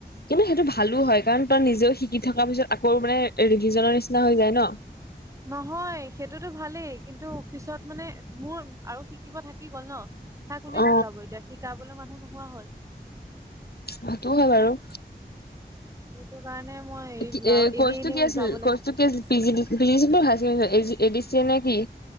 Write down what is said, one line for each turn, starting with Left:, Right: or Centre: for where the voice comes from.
Left: কিন্তু সেইটো ভালো হয় কাৰণ তই নিজেও শিকি থকাৰ পিছত আকৌ মানে ৰিভিজনৰ নিচিনা হৈ যায় ন
Right: উ <unintelligible> নহয় সেইটোতো ভালেই কিন্তু পিছত মানে মোৰ আৰু শিকিব থাকি গ'ল ন হা কোনে
Left: অ
Right: শিকাব এতিয়া শিকাবলে মানুহ নোহোৱা হ'ল
Left: সেইটোৱো হয় বাৰু
Right: সেইটো কাৰণে মই এৰি
Left: কি
Right: দিলো
Left: এ
Right: আৰু
Left: কৰ্চটো
Right: এনেই এনেই
Left: কি আছিল
Right: যাব লাগে
Left: কৰ্চটো P P G D P আছিলে নে হা G A G A D C A নে কি